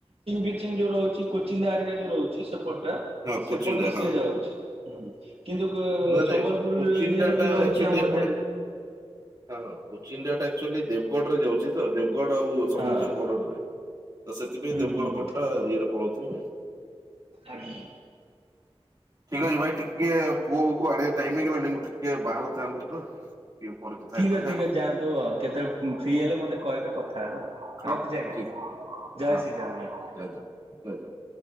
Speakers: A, on the right (about 60°); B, on the right (about 35°).
A: ଫିଚିଙ୍ଗ୍ ଯୋଉ ରହୁଛି କୋଚିଣ୍ଡା ହେରିକା ରହୁଛି ସେପଟ
B: ହଁ
A: ସେପଟରେ
B: କୋଚିନ୍ ଟା
A: ସିଏ
B: ହଁ
A: ଯାଉଛି ହୁଁ। କିନ୍ତୁ
B: ନାଇଁ ନାଇଁ
A: ସମ୍ବଲପୁର
B: କୋଚିନ୍
A: ଇଏ
B: ଟା
A: ର
B: ଟା
A: ବି ରହୁଛି
B: ଆକ୍ଚୁଆଲି
A: ଆମ ମଧ୍ୟରେ
B: ଏପଟେ ହଁ ହଁ କୋଚିଣ୍ଡା ଟା ଆକ୍ଚୁଆଲି ଦେବଗଡ ରେ ଯାଉଛି ତ ଦେବଗଡ଼ ଆଉ ସମ୍ବଲପୁର
A: ହଁ।
B: ବର୍ଡରରେ ତ ସେଥିପାଇଁ
A: ହୁଁ
B: ଦେବଗଡ଼
A: ହୁଁ ହୁଁ
B: ପଟ୍ଟା ଇଏରେ ପଳାଉଥିବୁ ଆଉ।
A: ଆଜ୍ଞା।
B: ଠିକ ଅଛି ଭାଇ ଟିକେ ପୁଅକୁ ଆଣିବା ଟାଇମିଙ୍ଗ୍ ହେଇଗଲାଣି ଟିକେ ବାହାରି ଥାନ୍ତି ତ। ଟିକେ ପରେ କଥା
A: ଠିକ୍
B: ହେଇଥାନ୍ତେ
A: ଅଛି ଠିକ୍
B: ଆଉ
A: ଯାଆନ୍ତୁ ଆଉ କେତେବେଳେ ଫ୍ରି ହେଲେ ମତେ କହିବେ କଥା ହେବା।
B: ହଁ
A: ରଖୁଛି
B: ହଁ
A: ଆଜ୍ଞା
B: ଠିକ୍ ଅଛି ଭାଇ ହଁ ଜୟ <unintelligible>
A: ଶ୍ରୀ ଜଗନ୍ନାଥ।
B: ଜଲେ ଜୟ ଜଲ। <unintelligible>